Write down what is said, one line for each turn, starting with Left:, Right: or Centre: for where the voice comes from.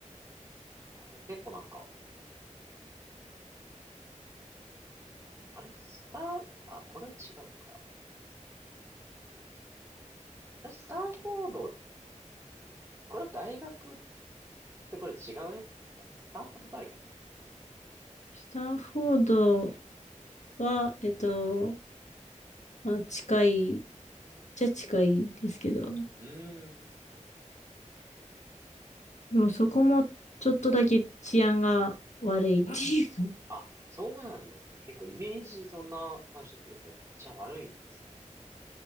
Right: えでも結構なんか、あれ、スタン、あ、これは違うか。あれスタンフォードこれは大学ってこれ違うやつですかね。スタンフォード大学ってなんか。
Left: スタンフォードは、えっと、まあ、近い、じゃ近いですけど、
Right: うーん。
Left: でもそこもちょっとだけ治安が悪いっていう <laughs>
Right: あ、そうなんですね。結構イメージそんな感じで、やっぱめっちゃ悪いんですね。